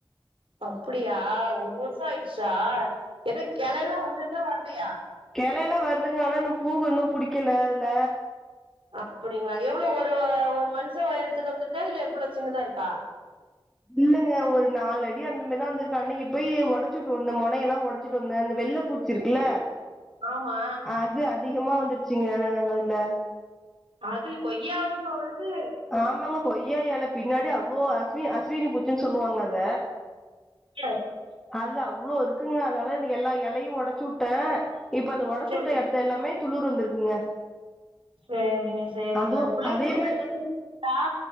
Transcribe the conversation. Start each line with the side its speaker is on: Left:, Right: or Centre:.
Right: அப்பிடியா ஒரு வருஷோ ஆய்ச்சா எதுவும் கெளன்னா வந்துதா வரலயா
Centre: கிளல்லா வருதுங்க ஆனா இன்னும் பூவு இன்னும் புடிக்கல அதுல
Right: அப்புடிங்ளா எவ்ளோ ஒரு ஒரு மனுஷ ஒயரத்துக்கு வந்திருக்கா இல்ல எவ்ளோ சின்னதா இருக்கா
Centre: இல்லங்க ஒரு நாலடி அந்த மாரி தா வந்திருக்கு அன்னைக்கி போயி ஒடச்சுட்டு வந்த மொனையெல்லா ஒடச்சிட்டு வந்த அந்த வெள்ள பூச் சி இருக்குல
Right: ஆமா.
Centre: அது அதிகமா வந்துருச்சுங்க எங்க இதுல
Right: அதுங்க கொய்யாவ்லயும்மா வருது
Centre: ஆமாங்க கொய்யா எல பின்னாடி அவ்ளோ அஸ்வி அஸ்வினி பூச்சுனு சொல்லுவாங்க அத
Right: <unintelligible>
Centre: அதுல அவ்ளோ இருக்குங்க அதனால எல்லா எலையும் ஒடச்சு உட்டே இப்ப அந்த ஒடச்சுட்ட
Right: சரி,
Centre: எடத்து எல்லாமே துளுர் வந்துருக்குங்க
Right: சேரிங்க சேரிங்க
Centre: அதுவு
Right: புள்ளைங்களுக்கு
Centre: அதே மாரி
Right: எதுனா செஞ்சி வச்சிங்களா